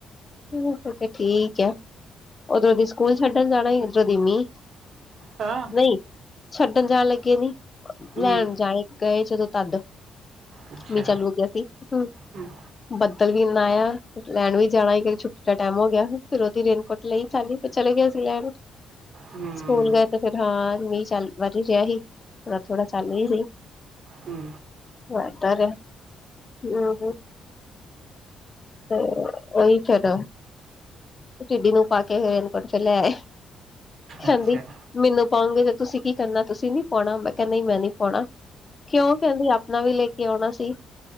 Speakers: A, on the left; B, on the right.
A: ਮੈਂ ਕਿਹਾ ਠੀਕ ਹੈ। ਉਧਰੋਂ ਦੀ ਸਕੂਲ ਛੱਡਣ ਜਾਣਾ ਸੀ, ਉਧਰੋਂ ਦੀ ਮੀਂਹ।
B: ਹਾਂ।
A: ਨਹੀਂ ਛੱਡਣ ਜਾਣ ਲੱਗੇ ਨਹੀਂ।
B: ਹਮ
A: ਲੈਣ ਜਾਏ ਗਏ ਜਦੋਂ ਤਦ।
B: ਅੱਛਾ
A: ਮੀਂਹ ਚਾਲੂ ਹੋ ਗਿਆ ਸੀ। ਹੂ।
B: ਹਮ
A: ਬੱਦਲ ਵੀ ਇੰਨਾ ਆਇਆ। ਲੈਣ ਵੀ ਜਾਣਾ ਕਿ, ਛੁੱਟੀ ਦਾ ਟਾਈਮ ਹੋ ਗਿਆ। ਫਿਰ ਉਹਦੀ ਰੇਨਕੋਟ ਲਈ। ਚੱਲੀ, ਫਿਰ ਚਲੇ ਗਏ ਅਸੀ ਲੈਂਣ।
B: ਹਮ
A: ਸਕੂਲ ਗਏ ਤੇ ਫਿਰ ਹਾਂ ਮੀਹ ਚੱਲ ਵਰ ਬਾਰਿਸ਼ ਪੈ ਰਹੀ ਸੀ। ਥੋੜਾ-ਥੋੜਾ ਚਲ <unintelligible>
B: ਹੂੰ।
A: <unintelligible> ਤੇ ਉਹੀ ਚਲੋ ਟਿੱਡੀ ਨੂੰ ਪਾ ਕੇ ਇਹ ਰੇਨਕੋਟ ਚ ਲੈ ਆਏ, ਕਹਿੰਦੀ
B: ਅੱਛਾ
A: ਮੈਨੂੰ ਪਾਉਂਗੇ ਤੇ ਤੁਸੀਂ ਕੀ ਕਰਨਾ, ਤੁਸੀਂ ਨੀ ਪਾਉਣਾ, ਮੈਂ ਕਿਹਾ ਨਹੀਂ ਮੈਂ ਨੀ ਪਾਉਣਾ। ਕਿਉਂ, ਕਹਿੰਦੀ ਆਪਣਾ ਵੀ ਲੈ ਕੇ ਆਉਣਾ ਸੀ,